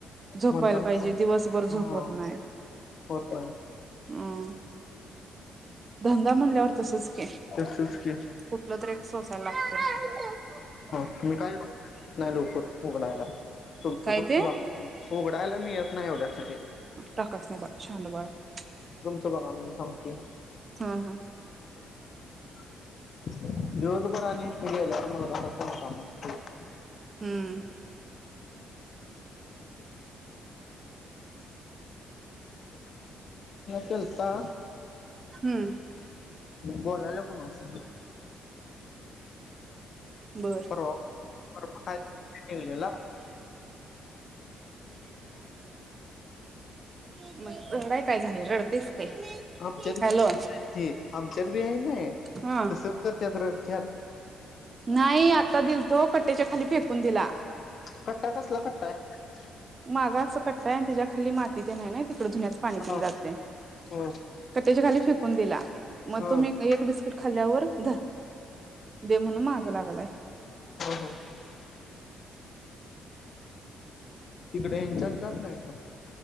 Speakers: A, on the right; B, on the left.
A: झोपायला
B: म्हणताना
A: पाहिजे
B: पण
A: दिवसभर झोपत
B: हा
A: नाही
B: होत नाही
A: नाही धंदा म्हणल्यावर तसं <unintelligible>
B: तसच की
A: कुठलं तरी एक सोसायला लागतय
B: हो मी काय <unintelligible> नाही लवकर उघडायला <unintelligible>
A: काय ते
B: उघडायला मी येत नाही एवढ्यासाठी
A: टाकायच नाही बाळ शहाणं बाळ आहे
B: <unintelligible> बघा मी सांगतोय
A: हा हा
B: <inaudible> <unintelligible> <unintelligible> गेल्यावर <unintelligible> काय काम असयत?
A: हम्म
B: केलता
A: हम्म
B: बोलायला कोण अस
A: बर.
B: परवा परवा फाय ठेवलेला
A: म्हण रडाय काय झाली रडतेस काय?
B: आमच्यात
A: हॅलो
B: बी तसेच आहे ते आमच्यातबी आहे ना
A: हा
B: तसच करत्यात रड त्यात
A: नाही आता दिलतो कट्ट्याच्या खाली फेकून दिला
B: कट्टा <inaudible>
A: मागा अस कट्टा आहे त्याच्या खाली माती धुण्याचे पाणी ते
B: हा
A: पण जात य
B: ह
A: कट्ट्याच्या खाली फेकू फेकून दिला मग
B: ह ह
A: तुम्ही एक बिस्किट खाल्ल्यावर धर दे म्हणून माग लागलाय
B: ह तिकडे त्यांच्यात जात नाही का